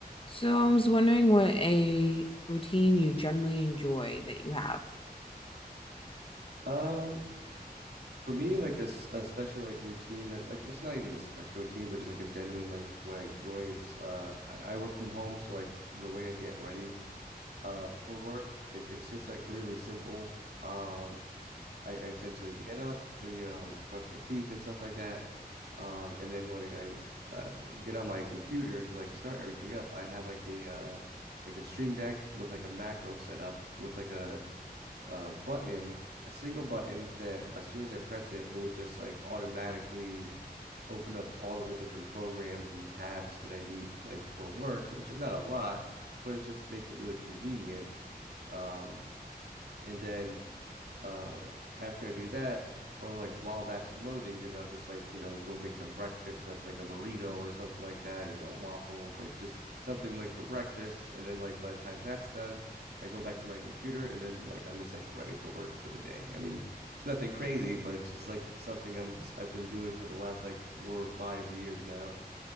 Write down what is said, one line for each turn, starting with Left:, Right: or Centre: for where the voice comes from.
Left: So I was wondering what a routine you generally enjoy that you have.
Right: Um, for me, like a, s- a special like routine that like what's not even a special routine, but just like a genuine like what I enjoy is uh I, I work from home, so like the way I get ready uh for work, it, it's just like really simple. Um, I, I essentially get up and you know like brush my teeth and stuff like that. Um, and then when I uh get on my computer to like start everything up, I have like a uh like a Stream Deck with like a macro set up with like a uh button, a single button that as soon as I press it, it will just like automatically open up all of the different programs and tabs that I need like for work, which is not a lot, but it just makes it really convenient. Um, and then uh after I do that, or like while that's loading, then I'll just like, you know, go make some breakfast with like a burrito or something like that, you know, waffles, like just something like for breakfast. And then like by the time that's done, I go back to my computer and then like I'm just like ready for work for the day. I mean, it's nothing crazy, but it's just like something I'm just I've been doing for the last like four or five years now.